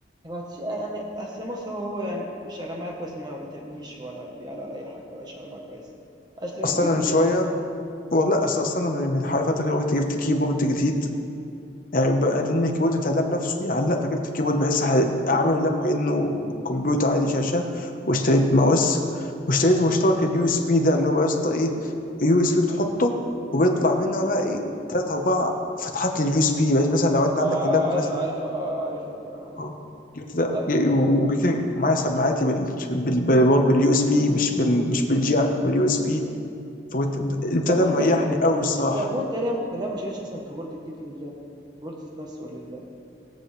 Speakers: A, on the right (about 25°); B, on the left (about 45°).
A: هو تش- يعني اصل بص هو هو يعني شغال معايا كويس ما بيتعبنيش ولا في بيعلى ولا اي حاجه هو شغال معايا كويس اشتري
B: اصلا
A: بس جديد
B: انا من شويه
A: ليه
B: والله
A: مم.
B: اصلا اصلا من من حوالي فتره كده رحت جبت كيبورد جديد يعني بقى لان الكيبورد بتاع اللاب نفسه يعلق فجبت الكيبورد بحيث ح- اعمل اللاب كانه كمبيوتر عادي شاشه واشتريت ماوس واشتريت مشترك اليو اس بي ده اللي هو يا اسطى ايه يو اس بي بتحطه وبيطلع منها
A: مم.
B: بقى ايه ثلاث اربع فتحات لليو اس بي بس مثلا لو انت
A: اه
B: عندك اللاب
A: عارف
B: مثلا
A: عارف اه عارفها دي اه عارفها
B: اه جبت ده
A: طب
B: ج- وجبت كده معايا سماعاتي بال بال- بال- برضه باليو اس بي مش بال مش بالجاك باليو اس بي فكنت البتاع
A: طب
B: ده
A: وانت
B: مريحني قوي الصراحه
A: طب وانت ليه ليه ما شريتش اصلا كيبورد جديد لللاب الكيبورد ذات نفسه لللاب